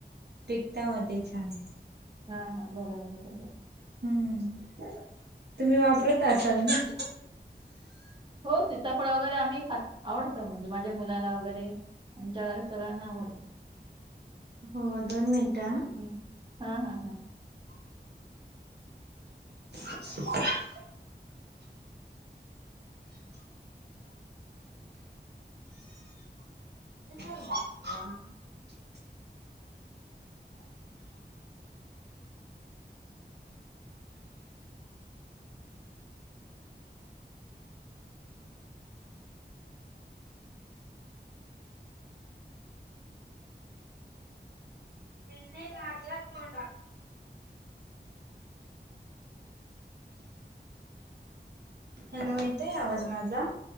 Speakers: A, on the right (about 65°); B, on the right (about 25°).
A: पिकता म ते छान.
B: हां हां बरोबर बरोबर.
A: हम्म, तुम्ही वापरत असाल ना?
B: हो सिताफळ वगैरे आम्ही खात आवडतो म्हणजे माझ्या मुलाला वगैरे. आमच्या घरात सगळ्यांना आवडतं.
A: हो दोन मिनिटं ह.
B: हम्म. ह ह ह.
A: <inaudible> <inaudible> <unintelligible> हॅलो येतोय आवाज माझा?